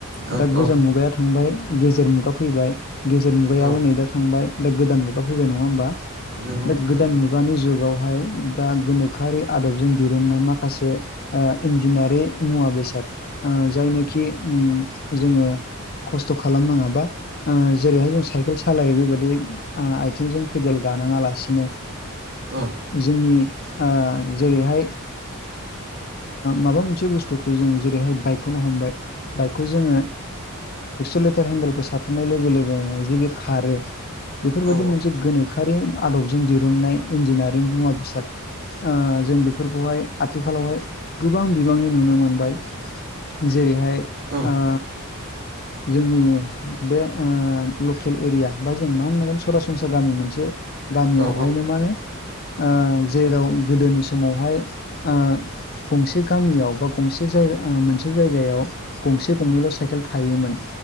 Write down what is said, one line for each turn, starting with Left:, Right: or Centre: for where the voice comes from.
Right: औ
Left: दा गोजाम
Right: औ
Left: मुगाया थांबाय गेजेर मुगा फैबाय गेजेर मुगायाबो
Right: औ
Left: नै दा थांबाय। दा गोदान मुगा फैबाय नङा होमबा?
Right: नंगौ
Left: बे
Right: नोंथां
Left: गोदान
Right: नंगौ
Left: मुगानि जुगाव बेवहाय दा गोनोखोआरि आदबजों दिरुननाय माखासे। ओ इन्जिनारि मुवा बेसाद जायनोखि जोङो। खस्थ' खालामनाङाबा। जेरैहाय जों साइकेल सालायो बे बायदिथ' आथिंजों फेदेल गानाङा लासिनो।
Right: औ
Left: जोंनि जेरैहाय माबा मोनसे बुस्थुखौ जों जेरैहाय बाइकखौनो हमबाय बाइकखौ जोङो। खौ सानाय लोगो लोगोनो जे बे खारो बेफोर
Right: औ
Left: बायदि मोनसे गोनो। सोरखारि आदबजों दिरुननाय इन्जिनियारिं मुवा बेसाद जों बे फोरखौहाय आथिखालावहाय गोबां बिबांनि नुनो मोनबाय। जेरै‌हाय
Right: औ
Left: ओ जोंनि बे लकेल एरिया बा जों मा होनांगोन सरासनस्रा गामि मोनसे गामियावहायनो
Right: औ
Left: मा होनो जेराव गोदोनि समावहाय गंसे गामियाव बा गंसे जायगा मोनसे जायगायाव गंसे गंनैल' साइकेल थायोमोन